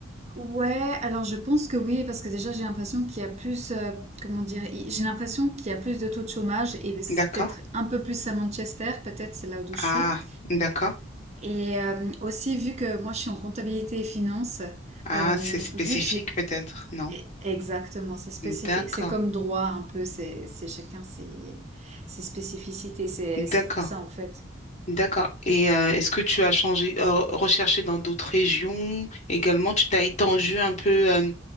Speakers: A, on the right; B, on the left.
A: Ouais, alors je pense que oui, parce que déjà j'ai l'impression qu'il y a plus, euh, comment dire, il- j'ai l'impression qu'il y a plus de taux de chômage et c'est
B: D'accord.
A: peut-être un peu plus à Manchester, peut-être c'est là où je
B: Ah,
A: suis.
B: d'accord.
A: Et euh, aussi vu que moi je suis en comptabilité et finance,
B: Ah,
A: euh,
B: c'est spécifique
A: vu que j'ai
B: peut-être, non?
A: E- Exactement, c'est spécifique.
B: D'accord,
A: C'est comme droit un peu, c'est c'est chacun ses, ses spécificités. C'est c'est
B: d'accord,
A: pour ça en fait.
B: d'accord. Et euh, est-ce que tu as changé, euh, recherché dans d'autres régions également? Tu t'as étendu un peu euh,